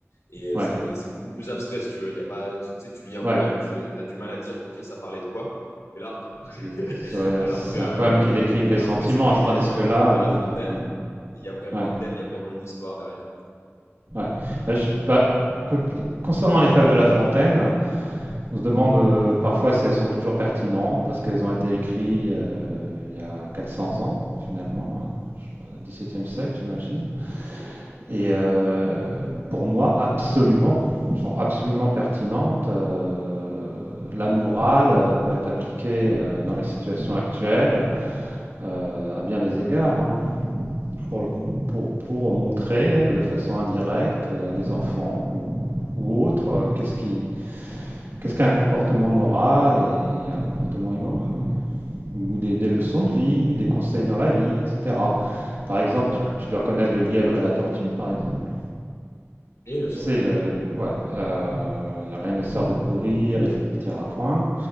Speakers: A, on the left; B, on the right.
A: Et euh,
B: ouais,
A: c'est c'est beaucoup plus abstrait, si tu veux. Y a pas, tu sais, tu lis un
B: ouais.
A: poème, tu as du mal à dire, OK, ça parlait de quoi Et là, <laughs>
B: C'est c'est-
A: alors
B: c'est
A: que,
B: un poème qui décrive les
A: alors
B: sentiments,
A: que c'est vrai
B: tandis
A: que les, fa
B: que
A: les
B: là,
A: fables de La
B: oui.
A: Fontaine,
B: Ouais,
A: il y a vraiment
B: ouais.
A: un thème, il y a vraiment une histoire derrière.
B: Ouais. Bah, je- bah, écoute, les- concernant les fables de La Fontaine, on se demande euh, parfois si elles sont toujours pertinentes parce qu'elles ont été écrites euh, il y a 400 ans, finalement, hein, je sais pas, 17e siècle, j'imagine. Et euh, pour moi, absolument, elles sont absolument pertinentes. euh, la morale euh, peut être appliquée euh, dans les situations actuelles euh, à bien des égards. hein pour, le, pour, pour montrer de façon indirecte euh, à des enfants ou, ou autres euh, qu'est-ce qui, qu'est-ce qu'un comportement moral et un comportement immoral, ouais. ou des, des, leçons de vie, des conseils dans la vie, etc. Par exemple, tu, tu dois connaître le lièvre et la tortue, par exemple.
A: Et bien
B: Tu
A: sûr.
B: sais, le, ouais, euh, rien ne sert de courir, il faut partir à point.